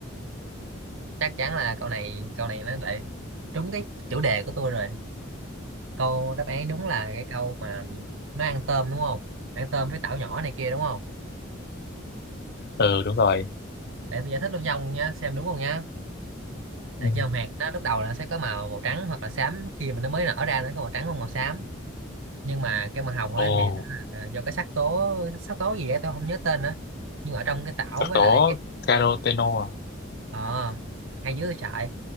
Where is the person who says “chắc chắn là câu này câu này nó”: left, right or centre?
Right